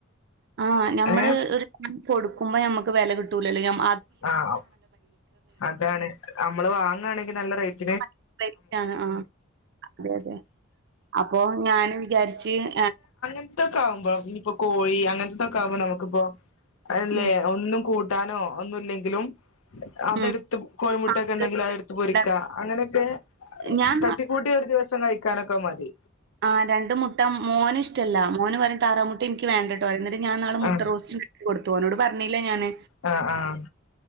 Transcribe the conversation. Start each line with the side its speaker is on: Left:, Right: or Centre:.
Right: ആ നമ്മള്
Left: ഏഹ്
Right: ഒരു <unintelligible> കൊടുക്കുമ്പോ നമ്മക്ക് വെല കിട്ടും- ട്ടൂല്ലല്ലോ ഞമ്മ്
Left: ആഹ് അതാണ് അമ്മള് വാങാണെങ്കി നല്ല റേറ്റ്
Right: <unintelligible> ആ അതെ അതെ അപ്പൊ ഞാന് വിചാര്ച്ച് ന
Left: ത്തൊക്കാമ്പോ ഇനിപ്പോ കോഴി അങ്ങൻതതൊക്കാവ്മ്പോ നമുക്ക്പ്പോ- അല്ലെ
Right: ഉം
Left: ഒന്നും കൂട്ട ട്ടാലോ ഒന്നുല്ലെങ്കിലും അതെട്ത്ത്
Right: ഉം.
Left: കോഴിമുട്ടൊക്കെ
Right: ആഹ്.
Left: ണ്ടെങ്കിൽ അതെടുത്ത് പൊരിക്ക അങ്ങനെക്കെ
Right: ഞാൻ
Left: തട്ടിക്കൂട്ടി ഒരു ദിവസം കഴിക്കാനൊക്കെ അഹ് മതി
Right: ആ രണ്ടു മുട്ട മോന് ഇഷ്ടല്ല മോന് പറിം താറാമുട്ട ഇൻക്കി വേണ്ടട്ടൊ അറിം ന്ന് ഞാൻ ന്നാള് മുട്ട
Left: ആ
Right: റോസ്റ്റ് <unintelligible> കൊടു തോനോട് പറഞ്ഞില്ല ഞാന്
Left: ആഹ് ആഹ്